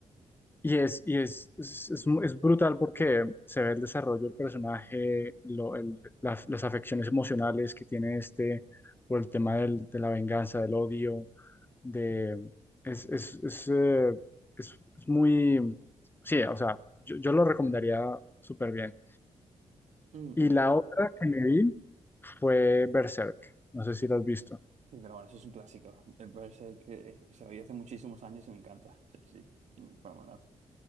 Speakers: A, on the left; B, on the right.
A: Y es, y es, es, es mu- es brutal porque se ve el desarrollo del personaje, lo- el- las, las afecciones emocionales que tiene este por el tema del- de la venganza, del odio, de... Es, es, es, eh, es- es muy... Sí, o sea, yo, yo lo recomendaría súper bien.
B: Mm,
A: Y la
B: Yo
A: otra que me vi fue Berserk. No sé si la has visto.
B: Sí, Pero bueno, eso es un clásico. Me parece que eh, se lo vi hace muchísimos años y me encanta. Sí, sí. Mm, Para volar.